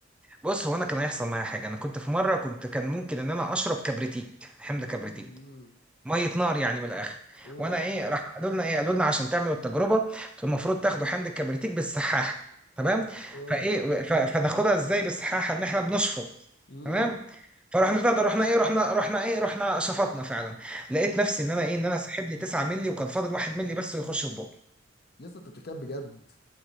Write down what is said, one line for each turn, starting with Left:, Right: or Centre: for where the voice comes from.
Centre: بص هو انا كان هيحصل معايا حاجه انا كنت في مره كنت كان ممكن ان انا اشرب كبريتيك حمض
Left: يديني
Centre: كبريتيك
Left: مين
Centre: ميه نار يعني من الاخر
Left: اوه
Centre: وانا ايه راح قالوا لنا ايه قالوا لنا عشان تعملوا التجربه المفروض تاخدوا حمض الكبريتيك بالسحاحه تمام
Left: اوه اه
Centre: فايه ف- فناخدها ازاي بالسحاحه ان احنا بنشفط
Left: امم
Centre: تمام فرحنا بتاع ده، رحنا ايه رحنا رحنا ايه رحنا شفطنا فعلا لقيت نفسي ان انا ايه ان انا سحب لي 9 مللي وكان فاضل 1 مللي بس ويخش في بقي
Left: يا اسطى انت بتتكلم بجد